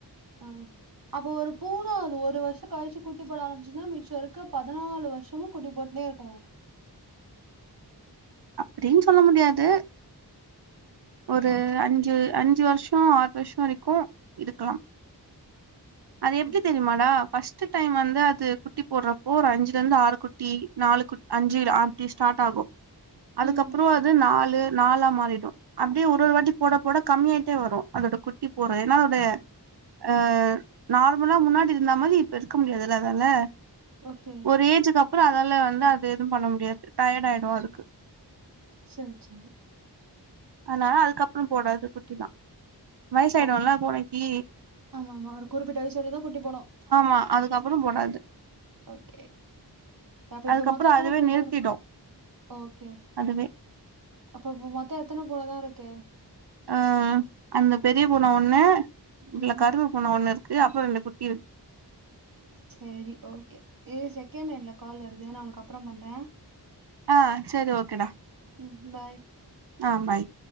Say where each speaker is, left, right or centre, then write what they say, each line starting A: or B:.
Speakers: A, on the right; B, on the right.
A: ஆ அப்ப ஒரு பூனா ஒரு வர்ஷொ கழ்ச்சு குட்டி போட ஆரம்பிச்சுன்னா மிச்சொ இருக்க பதினாலு வருஷமு குட்டி போட்டுனே இருக்
B: <inaudible> அப்டின் சொல்ல முடியாது ஒரு
A: ஆ
B: அஞ்சு அஞ்சு வர்ஷோ ஆறு வர்ஷொ வரிக்கு இருக்கலா அது எப்டி
A: ஓகே
B: தெரியுமாடா ஃபஸ் ட்டு டைம் வந்து அது குட்டி போடுறப்போ ஒரு அஞ்சுல இருந்து ஆறு குட்டி நாலு குட் அஞ்சு ஆப்டி ஸ்டார்ட் ஆகு அதுக்கப்புறொ
A: ம்
B: அது நாலு நாலா மாறிடு அப்டியே ஒரு ஒரு வாட்டி போட போட கம்மியாயிட்டே வரு அதோட குட்டி போடுற ஏன்னா அது அ நார்மலா முன்னாடி இருந்த மாதி இப்போ இருக்க முடியாதுல்ல அதால
A: ஓகே
B: ஒரு ஏஜ்கு அப்புறொ அதால வந்து அது எதுவு பண்ண முடியாது டயர்டா ஆயிடு அது <inaudible>
A: சேரி சேரி
B: அதுனால அதுக்கப்றொ போடாது குட்டிலா வயசாய்டுல்ல
A: போடு
B: பூனைக்கி
A: ஆமா ஆமா ஒரு குறிப்பிட்ட வயசு வரையு தா குட்டி போடு அது
B: அ அதுக்கப்பறொ போடாது
A: ஓகே அப்ப இப்ப
B: அதுக்கப்புறோ
A: மொத்தொ எத்தன
B: அதுவே
A: பூன
B: நிறுத்திடு
A: தா இருக்கு ஓகே
B: அதுவே
A: அப்ப இப்பொ மொத்தொ எத்தன பூனதா இருக்கு
B: ஆ அந்த பெரிய பூன ஒன்னு இதுல
A: ம்
B: கருப்பு பூன ஒன்னு இருக்கு அப்பறொ ரெண்டு குட்டி இருக்கு
A: சேரி ஓகே இரு செகெண்ட் லைன்ல கால் வருது நா உனக்கு அப்றொ பண்றே
B: அ சேரி ஓகேடா
A: ம் பாய்
B: அ பாய்